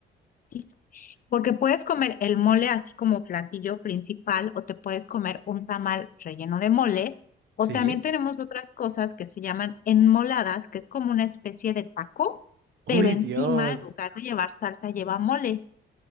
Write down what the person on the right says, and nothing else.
¿Sí?
Uy,
Dios.